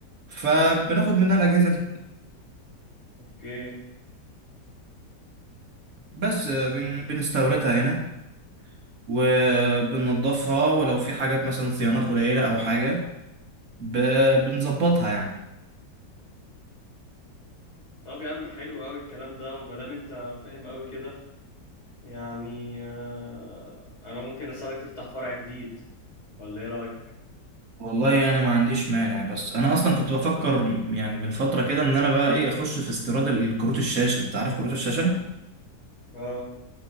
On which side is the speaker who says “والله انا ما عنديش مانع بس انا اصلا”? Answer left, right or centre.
Right